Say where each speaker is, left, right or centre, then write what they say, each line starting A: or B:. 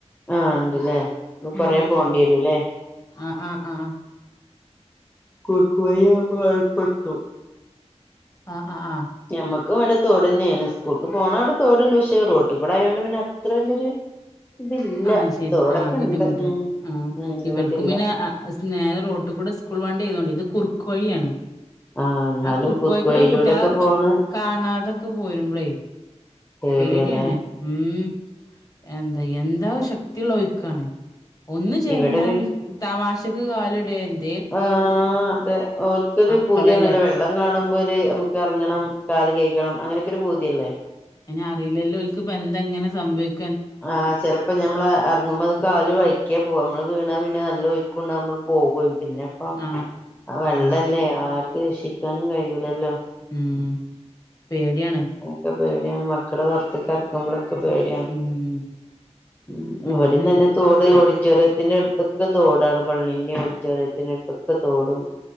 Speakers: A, on the left (about 15°); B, on the left (about 30°).
A: ആഹ് ണ്ട്ല്ലേ <unintelligible> കൊറെ
B: ഉം ഉം
A: പോവ്ണ്ടി വരൂല്ലേ
B: ആഹ് ആഹ് ആഹ്
A: കുർക്കുവയി <unintelligible>
B: ആ ആ ആ
A: ഞമ്മക്കു ഇവ്ട തോട് തന്നേണ് സ്കൂൾക്ക് പോകണ അവിടെ തോടുണ്ട് പക്ഷെ റോട്ട്കൂടെ ആയോണ്ട് പിന്നെ അത്ര വലിയൊരു <inaudible>
B: ആഹ് ശെരി
A: തോടൊക്കെ
B: ആഹ് ബുദ്ധിമുട്ട്
A: ഉണ്ട് ഉം
B: ആ
A: ഉം ഇങ്ങോട്ടില്ല
B: ഇവൽക്കുബിനെ ആ <unintelligible> നേരെ റോട്ടുകൂടെ സ്കൂൾ വണ്ടി ഏയ്തോണ്ട് ഇത് കുറുക്കു വഴിയാണ്
A: ആ ന്നാലും
B: കുറുക്കു
A: കുർക്കുവയിലൂടൊക്കെ
B: വഴിക്കൂടെ കുട്ടികളെ
A: പോണ്
B: കാണാതൊക്കെ പോരുമ്പളേ
A: പേടിയാല്ലേ
B: പേടിയണേ ഉം എന്താ എന്താ ശക്തിയുള്ള ഒയ്ക്കണേ ഒന്ന് ചേറങ്ങനെ
A: ഇവിടെ പിൻ
B: ഒരു തമാശക്ക് കാല് ഇടണ്ട്
A: ആ അതെ ഓർക്കൊരു
B: മക്കളല്ലേ
A: പൂതിയാണല്ലോ വെള്ള കാണുമ്പോരു അമ്മുക്ക് എറങ്ങ്ണം കാല് കയികണം അങ്ങനൊക്കെ ഒരു ബൂതിയല്ലേ
B: അയിനറിയില്ലല്ലോ <unintelligible> ക്കിപ്പൊ എന്താങ്ങെനെ സംഭവിക്ക്
A: ആഹ് ചെലപ്പ് പ്പ ഞമ്മള് എറങ്ങുമ്പോ അത് കാല് കഴിക്കാ പോകാ മ്മള് വീണാ പിന്നെ നല്ല ഒയുക്കൊണ മ്മള് പോകുകയും പിന്നെ പ്പ
B: ആഹ്
A: ആ വെള്ളല്ലേ
B: ആഹ്
A: ആർക്ക് രക്ഷിക്കാനും കഴിയൂലല്ലോ
B: ഉം പേടിയാണ്
A: ക്ക പേടിയാണ് മക്കളെ വറത്തികെറക്കുമ്പോളൊക്കെ പേട്
B: ഉം
A: മ്
B: അതാണ്
A: ഇവിടെന്നെ തോട് ഓടിച്ചോറിയത്തിന്റെറെ അടുത്തൊക്കെ തോടാണ് പള്ളിന്റെ ഓടിച്ചൊറിയത്തിന്റെ അടുത്തൊക്കെ തോടും